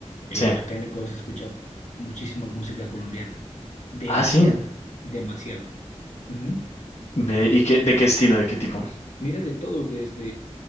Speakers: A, on the left; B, on the left.
A: Eh,
B: Sí.
A: acá en Ecuador se escucha muchísima música colombiana, demasiada,
B: Ah, sí.
A: demasiada. Ujú.
B: Ve, ¿y qué, de qué estilo, de qué tipo?
A: Mira de todo, desde